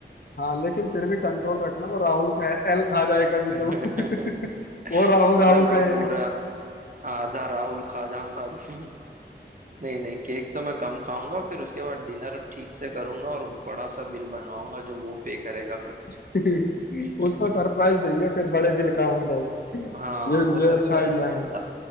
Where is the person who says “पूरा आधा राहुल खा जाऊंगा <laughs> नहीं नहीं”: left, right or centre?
Right